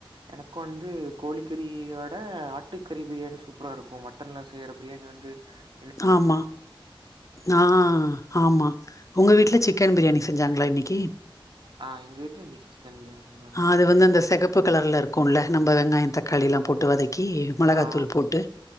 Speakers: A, on the right (about 60°); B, on the left (about 35°).
A: எனக்கு வந்து கோழிக்கறியோட ஆட்டுக்கறி பிரியாணி சூப்பரா இருக்கு மட்டன்ல செய்யற பிரியாணி வந்து டி
B: ஆமா நா ஆமா உங்க வீட்ல சிக்கன் பிரியாணி செஞ்சாங்களா இன்னிக்கி
A: ஆ எங்க கிட்ட இன்னிக்கி சிக்கன் பிரியாணி செஞ்சோ
B: ஆ அது வந்து அந்த செகப்பு கலர்ல இருக்குல்ல நம்ம வெங்காயம் தக்காளி எல்லா போட்டு வதக்கி மொளகாத்தூள்
A: ஆ,
B: போட்டு